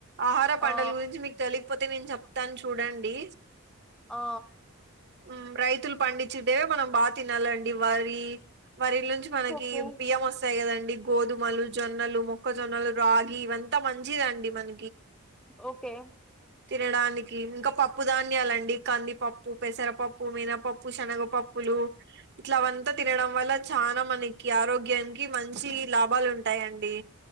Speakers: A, on the right (about 50°); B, in the centre.
A: ఆహార పంటలు
B: ఆ
A: గురించి మీకు తెలి పోతే నేను చెప్తాను చూడండీ
B: ఆ
A: హ్మ్ రైతులు పండించిదే మనం బా తినాలండి వరీ వరిలుంచి మనకి
B: ఓకే
A: బియ్యం వస్తాయి కదం డి గోధుమలు జొన్నలు మొక్కజొన్నలు రాగి ఇవంతా మంచిదండి మన
B: ఓకే
A: తినడానికి ఇంగ పప్పు ధాన్యాలండి కందిపప్పు పెసరపప్పు మీనపప్పు శనగపప్పు బ్లూ ఇట్ల అవంతా తినడం వల్ల చాలా మనకి ఆరోగ్యానికి మంచి లాభాలు ఉంటాయండి